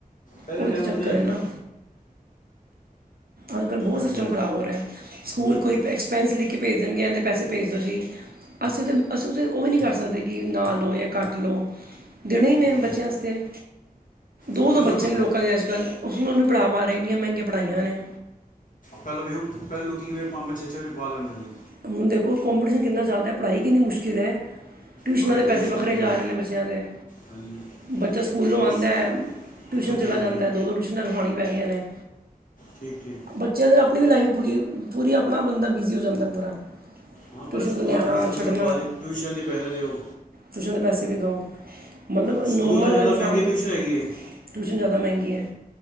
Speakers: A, on the left; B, on the right.
A: ਪਹਿਲੇ
B: ਉਹੀ
A: ਟਾਈਮ
B: ਤਾਂ ਚੱਕਰ
A: ਵਧੀਆ
B: ਹੈ
A: ਸੀ
B: ਨਾ ਅੱਜ ਕੱਲ੍ਹ ਬਹੁਤ
A: ਅੱਛਾ
B: ਸਿਸਟਮ ਖਰਾਬ ਹੋ ਰਿਹਾ, ਸਕੂਲ
A: ਹੂੰ
B: ਕੋਈ ਐਕਸਪੈਂਸ ਲਿਖ ਕੇ ਭੇਜ ਦੇਣਗੇ ਜਾਂਦੇ ਐਵੇ ਪੈਸੇ ਭੇਜ ਦਿਓ ਜੀ। ਅਸੀਂ ਉੱਥੇ ਅਸੀਂ ਉੱਥੇ ਤੇ ਉਹ ਵੀ ਨਹੀਂ ਕਰ ਸਕਦੇ, ਕਿ ਨਾਾਂ ਲਓ ਜਾਂ ਘੱਟ ਲਓ। ਦੇਣੇ ਹੀ ਨੇ
A: ਹੂੰ
B: ਬੱਚਿਆਂਸਤੇ ਦੋ-ਦੋ
A: ਆਹ ਕਰਨਾ
B: ਬੱਚੇ
A: ਬੰਦਾ
B: ਨੇ ਲੋਕਾਂ ਦੇ ਅੱਜ ਕੱਲ੍ਹ ਉਹਨੂੰ ਪੜਾ ਪਾ ਰਹੇ ਇਨੀਆਂ ਮਹਿੰਗੀਆਂ ਪੜ੍ਹਾਈਆਂ ਨੇ
A: ਪਹਿਲਾਂ ਵੇਖ ਪਹਿਲਾਂ ਲੋਕੀ ਕਿਵੇਂ ਪੰਜ-ਪੰਜ, ਛੇ-ਛੇ ਬੱਚੇ ਪਾਲ ਲੇਂਦੇ ਸੀ।
B: ਹੁਣ ਦੇਖੋ ਕੰਪੀਟੀਸ਼ਨ ਕਿੰਨਾ ਜ਼ਿਆਦਾ ਪੜ੍ਹਾਈ ਕਿੰਨੀ ਮੁਸ਼ਕਿਲ ਹੈ। ਟਿਊਸ਼ਨਾਂ
A: ਪੜ੍ਹਾਈ
B: ਦੇ
A: ਵੀ
B: ਪੈਸੇ
A: ਮੁਸ਼ਕਲ
B: ਵੱਖਰੇ
A: ਹੋ ਗਈ
B: ਜਾ ਰਹੇ ਨੇ ਬੱਚਿਆਂ ਦੇ
A: ਹਾਂਜੀ
B: ਬੱਚਾ ਸਕੂਲੋਂ
A: ਪਹਿਲੇ
B: ਆਦਾ
A: ਸ-
B: ਟਿਊਸ਼ਨ
A: ਹਾਂਜੀ
B: ਚਲਾ
A: ਹਾਂਜੀ
B: ਜਾਂਦਾ ਦੋ- ਦੋ ਟਿਊਸ਼ਨ ਨਰਹੋਣੀ ਪੈਣੀਆਂ ਨੇ।
A: ਠੀਕ-ਠੀਕ।
B: ਬੱਚੇਆਂ ਦੇ ਨਾ ਅਪਣੀ ਵੀ ਲਾਈਫ ਪੂਰੀ-ਪੂਰੀ ਅਪਣਾ ਬੰਦਾ ਬਿਜ਼ੀ ਹੋ ਜਾਂਦਾ ਪੂਰਾ
A: ਹਾਂ ਪੈਲੇ
B: ਟਿਊਸ਼ਨ
A: ਸਕੂਲਾਂ
B: ਤੋਂ ਲੈਣਾ
A: ਫੀਸਾਂ
B: ਛੱਡਣਾ
A: ਦੇਓ, ਬਾਅਦ ਚ ਟਿਊਸ਼ਨ ਦੇ ਪੈਹੇ ਦੇਓ।
B: ਟਿਊਸ਼ਨ ਦੇ ਪੈਸੇ ਵੀ ਦੋ, ਮਤਲਬ
A: ਸਕੂਲ
B: ਨੋਮਲ
A: ਨਾਲ ਜ਼ਿਆਦਾ
B: ਇਨਸਾਨ
A: ਮਹਿੰਗੀ ਟਿਊਸ਼ਨ
B: ਦੇ
A: ਹੈਗੀ ਹੈ
B: ਟਿਊਸ਼ਨ ਜਾਦਾ ਮੈਂਗੀ ਐ,